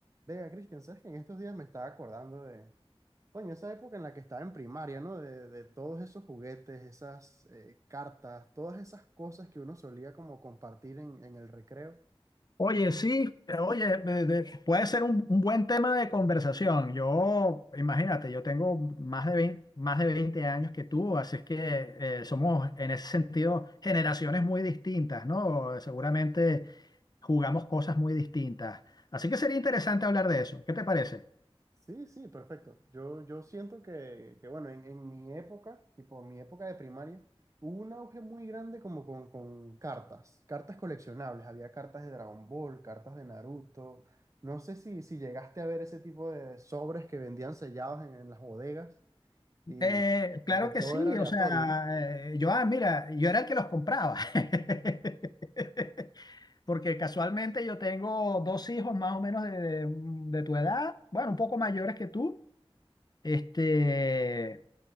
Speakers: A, on the right; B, on the left.
A: Vea, Cristian, sabes que en estos días me estaba acordando de, coño, esa época en la que estaba en primaria, ¿no? De, de todos esos juguetes, esas eh, cartas, todas esas cosas que uno solía como compartir en, en el recreo.
B: Oye,
A: Eh,
B: sí, eh, oye, de- de- puede ser un, un buen tema de conversación. Yo, imagínate, yo tengo más de veinte más de 20 años que tú, así es que eh, somos en ese sentido generaciones muy distintas, ¿no? Seguramente jugamos cosas muy distintas. Así que sería interesante hablar de eso. ¿Qué te parece?
A: sí, sí, perfecto. Yo, yo siento que, que bueno, en, en mi época, tipo mi época de primaria, hubo un auge muy grande como con, con cartas, cartas coleccionables. Había cartas de Dragon Ball, cartas de Naruto. No sé si, si llegaste a ver ese tipo de sobres que vendían sellados en en las bodegas. Y
B: Eh,
A: como
B: claro
A: que todo
B: que sí,
A: era aleatorio,
B: o sea,
A: ¿no?
B: eh, yo, ah, mira, yo era el que los compraba. <laughs> Porque casualmente yo tengo dos hijos más o menos de, de- mm, de tu edad, bueno, un poco mayores que tú, este,